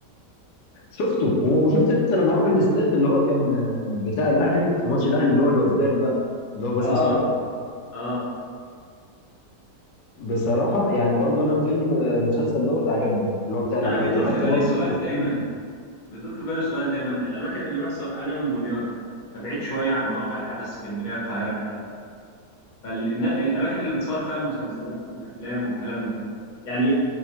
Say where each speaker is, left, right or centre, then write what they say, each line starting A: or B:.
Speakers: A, on the left (about 80°); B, on the left (about 40°).
A: شفته وشفت انت لما راحوا الاستاد اللي هو كان آه، بتاع الاهلي في ماتش الاهلي اللي هو الوزان بقى اللي هو باسم
B: اه
A: سمر
B: اه
A: بصراحه يعني برضو انا الفيلم آه، المسلسل دوت عجبني اللي هو بتاع العتاوله
B: انا بيدور
A: حتى
B: في بالي
A: برضو
B: سؤال
A: الممثلين
B: دايما
A: فيه
B: بيدور في بالي سؤال دايما الاماكن اللي بيحصل انا من دمياط فبعيد شوية عن مواقع الحدث اسكندرية القاهرة مش عارف ايه فالاماكن اللي بتصور فيها المسلسلات والافلام والكلام ده يعني